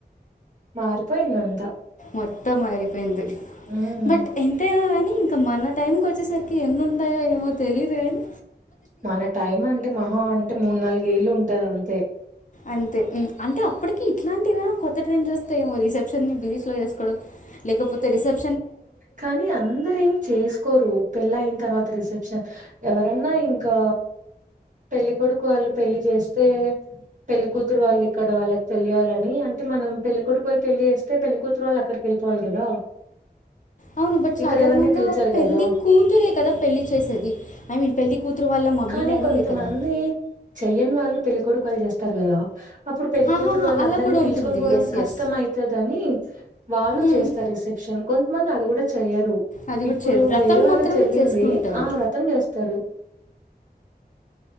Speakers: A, on the right (about 50°); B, on the left (about 50°).
A: మారిపోయిందింతా
B: మొత్తం మారిపోయింది
A: హ్మ్
B: బట్ ఎంతనాని ఇంకా మన టైంకి వచ్చేసరికి ఎన్నింటాయో ఏమో తెలియదు కాగాని
A: మన టైం అంటే మొహా అంటే మూడు నాలుగ ఏళ్ళు ఉంటది అంతే
B: అంతే అంటే ఇప్పటికీ ఇట్లాంటివైనా కొత్త ట్రైన్స్ వస్తే ఓ రిసెప్షన్ ని బీచ్లో చేసుకోవడం లేకపోతే రిసెప్
A: కానీ అందర ఏం చేసుకోరు పెళ్ళ అయిన తర్వాత రిసెప్ట్ ఎవరన్నా ఇంకా పెళ్లిికొడుకు వాళ్ళు పెళ్లిి చేస్తే పెళ్లికతురు వాళ్ళు ఇక్కడ వాళ్ళకి తెలియాలని అంటే మనం పెళ్లికొడుకు వాళ్ళు పెళ్లి చేస్తే పెళ్లిికతురు వాళ్ళు అక్కడికి వెళ్ళిపోవాలి కదా
B: అవును బట్
A: ఇక్కడ
B: సాధారణంగా
A: ఎవరిని పిలిచారు
B: పెళ్లి
A: కదా
B: కూతురే కదా పెళ్లి చేసేది ఐ మీన్ పెళ్లి కూతురు వాళ్ళ మమ్మీ
A: కానీ
B: డ్యాడీయే
A: కొంతమంది
B: కదా!
A: చెయ్యని వాళ్ళు పెళ్ళికడు కళ్లు చేస్తారు కదా అప్పుడు పెళ్లిికూతురు
B: ఆహాహా!
A: వాళ్ళు
B: అలా
A: అందరినీ
B: కూడా
A: పిలుచకొని
B: ఉంటుంది.
A: పోవడం
B: యెస్.
A: కష్టం
B: యెస్.
A: అవుతుంది అని వాళ్ళు
B: హ్మ్.
A: చేస్తారు రిసెప్షన్ కొంతమంది అది కూడా చేయదు
B: అది కూడా
A: ఇప్పుడు
B: చేయరు. వ్రతం
A: వేరే వాళ్ళ
B: మాత్రమే
A: జరిగింది
B: చేసుకుంటారు.
A: ఆ వ్రతం చేస్తారు